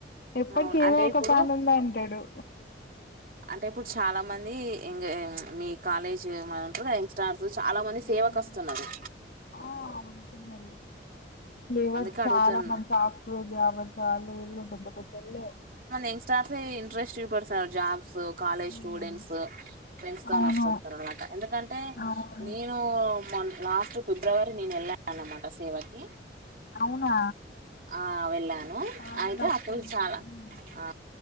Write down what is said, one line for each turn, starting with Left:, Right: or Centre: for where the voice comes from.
Left: ఎప్పటికి
Right: అవును
Left: ఏదో
Right: అంటే
Left: ఒక
Right: ఇప్పుడు
Left: పనుంది అంటాడు
Right: అంటే ఇప్పుడు చాలా మంది ఇంగ్ మీ కాలేజ్ ఉంట యంగ్ స్టార్స్ చాలా మంది
Left: అవును.
Right: సేవకు వస్ స్తున్నది
Left: ఆ వెళుతున్నారు ఇవ
Right: అందుకే
Left: చాలా
Right: అడుగుతున్నా
Left: మన సాఫ్ట్వేర్ జాబ్ అంటా ఆళ్లు వీళ్ళు పెద్ద పెద్దళ్లే
Right: యంగ్స్టార్స్ఇంట్రెస్ట్ చూపెడతారు జాబ్స్ కాలేజ్
Left: ఉమ్
Right: స్టూడెంట్స్ ఫ్రెండ్స్ తో
Left: అవును
Right: వస్తునమాట ఎందుకంటే
Left: అవును
Right: నేను న మ లాస్ట్ ఫిబ్రవరి నేను ఎల్లా అన్నమాట సేవకీ
Left: అవునా
Right: ఆ వెళ్ళాను
Left: చాలా
Right: అయితే
Left: లక్కీ
Right: అప్పుడు
Left: అండి
Right: చాలా
Left: ఉమ్,
Right: ఆ